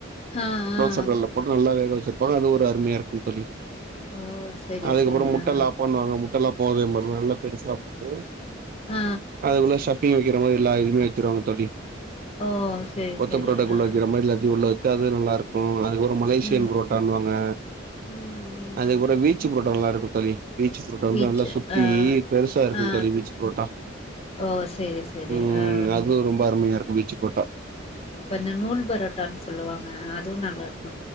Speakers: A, on the left (about 30°); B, on the right (about 45°).
A: ஆ
B: தோச
A: ஆ
B: கல்ல நல்லா வேக வச்சிருப்பாங்க அது ஒரு அருமயா இருக்கு தோழி
A: ஓ செரி
B: அதுக்கப்றோ
A: செரி
B: முட்டல்லாப்பாண்ணுவாங்க
A: ஆ
B: முட்டல்லாப்பாவு அதே மாரி தா நல்லா பெருசா போட்டு
A: ஆ
B: அதுக்குள்ள ஷப்பி்ங் வைக்க மாரி எல்லா இதுவுமே வச்சருவாங்க தோழி
A: ஓ செரி
B: கொத்து
A: செரி
B: பரோட்டா உள்ளவக்கிற
A: ஆ
B: மாரி எல்லாத்தயு உள்ள து நல்லா இருக்கு அதுக்கபற மலேசியன்
A: ம்
B: பரோட்டான்னு வாங்க
A: ம் ம்
B: அதுக்கபற வீ பிச்சி புரோட்டா நல்லா இருக்கும் தோழி பீச்சி புரோட்டா
A: பீச்சு
B: வந்து நல்லா சுத்தி
A: ஆ
B: பெருசா இருக்கு
A: ஆ
B: தோழி பீச்சி புரோட்டா
A: ஓ செரி செரி
B: ம்
A: ஆ
B: அது ரொம்ப அருமயா இருக்கு பீச்சு பரோட்டா
A: இப்போ இந்த நூல் பரோட்டான்னு சொல்லுவாங்க அதுவு நல்லாருக்கு